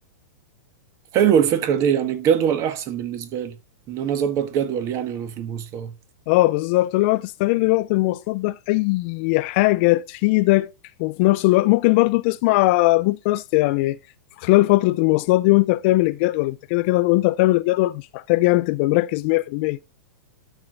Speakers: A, on the right; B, on the left.
A: حلو الفكرة دي يعني الجدول احسن بالنسبة لي ان انا اظبط جدول يعني وانا في المواصلات
B: اه بالظبط اللي هو تستغل وقت المواصلات ده في أي حاجة تفيدك وفي نفس الوقت ممكن برضو تسمع بودكاست يعني في خلال فترة المواصلات دي وانت بتعمل الجدول انت كده كده وانت بتعمل الجدول مش محتاج يعني تبقى مركز 100%